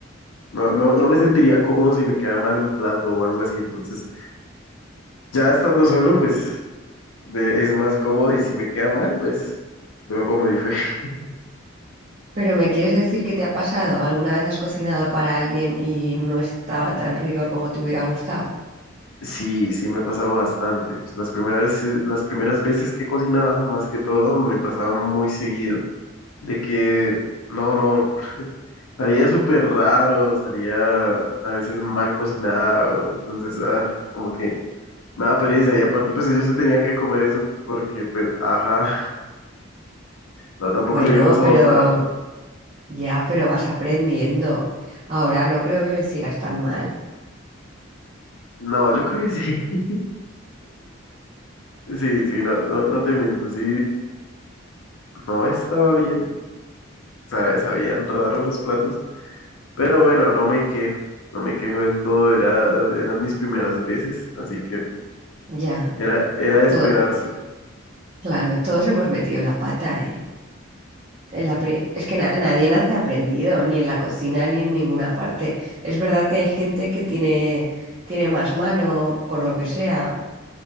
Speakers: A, on the left; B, on the right.
A: No, no, no me sentiría cómodo si me queda mal un plato o algo así. Entonces, ya estando solo,
B: ya.
A: pues de- es más cómodo y si me queda mal, pues me lo como y fue. <laughs>
B: Pero ¿me quieres decir qué te ha pasado? ¿Alguna vez has cocinado para alguien y no estaba tan rico como te hubiera gustado?
A: Sí, sí, me ha pasado bastante. Pues las primeras, eh, las primeras veces que cocinaba, más que todo, me pasaba muy seguido de que no, no. Sabía súper raro, salía a veces mal cocinado, entonces, ah, como que me da pereza y aparte pues ellos se tenían que comer eso porque pues, ajá, no, tampoco
B: Bueno,
A: lo íbamos a
B: pero
A: votar.
B: ya, pero vas aprendiendo. Ahora no creo que lo hicieras tan mal.
A: No, yo creo que sí, <laughs> sí, sí, no, no, no te miento, sí, no estaba bien, o sea, sabían raro los platos, pero bueno, no me quejo, no me quejo del todo, era, eran mis primeras veces, así que
B: Ya,
A: era, era de
B: todo,
A: esperarse,
B: claro, todos hemos metido la pata, ¿eh? En la pri- es que na- nadie nace aprendido, ni en la cocina, ni en ninguna parte. Es verdad que hay gente que tiene, tiene más mano, por lo que sea,